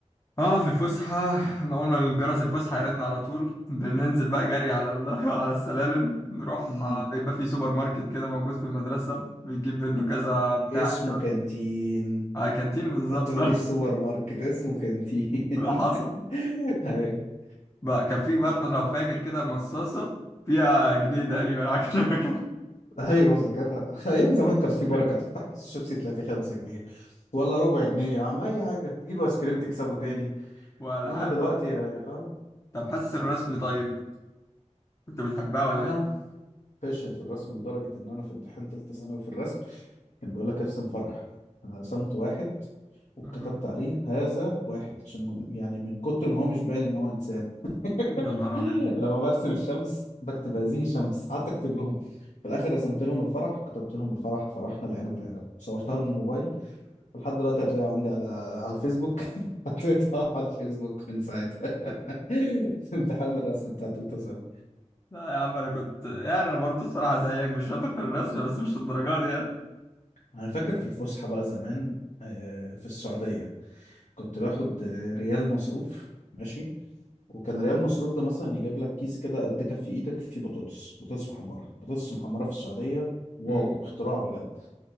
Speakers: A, on the left; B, on the left.
A: اه في الفسحة ما اول ما الجرس الفسحة يرن على طول بننزل بقى جري على ال... <laughs> على السلالم نروح
B: مم.
A: آه، بيبقى في سوبر ماركت كده موجود في المدرسة بتجيب منه كذا بتاع
B: اسمه
A: كده
B: كانتين
A: آه كانتين بالظبط
B: هتقول لي السوبر ماركت اسمه كانتين
A: <laughs> ده حصل
B: <laughs> ايوه
A: بقى كان في برضه لو فاكر كده مصاصة فيها جنيه تقريبا حاجة شبه كده
B: ايوه فاكرها <laughs> ايام زمان كان في بركه تفتح كيس الشيبسي تلاقي فيه 5 جنيه ولا ربع جنيه يا عم اي حاجه تجيب ايس كريم تكسبه تاني
A: والعاب
B: انما دلوقتي
A: بقى
B: يعني اه
A: طب حاسس الرسم طيب كنت بتحبها ولا
B: انا
A: ايه؟
B: فاشل في الرسم لدرجه ان انا في امتحان ثالثه ثانوي في الرسم كان بيقول لك ارسم فرح انا رسمت واحد وكتبت
A: <laughs>
B: عليه هذا واحد عشان م- يعني من كتر ما هو مش باين ان هو انسان
A: يا
B: <laughs>
A: نهار ابيض
B: لما برسم الشمس بكتب هذه شمس قعدت اكتب لهم في الاخر رسمت لهم الفرح وكتبت لهم الفرح فرحنا العنب العنب صورتها بالموبايل ولحد دلوقتي هتلاقيه عندي على على الفيسبوك <laughs> حطيتها على الفيسبوك من ساعتها <laughs> امتحان الرسم بتاع تالتة سنة
A: لا يا عم انا كنت يعني انا برضه الصراحة زيك مش شاطر في الرسم بس مش الدرجات دي يعني
B: انا فاكر في الفسحه بقى زمان آه، في السعوديه كنت باخد آه، ريال مصروف ماشي وكان ريال مصروف ده مثلا يجيب لك كيس كده قد كف ايدك فيه بطاطس بطاطس محمرة بطاطس محمرة في السعودية واو
A: مم.
B: اختراع بجد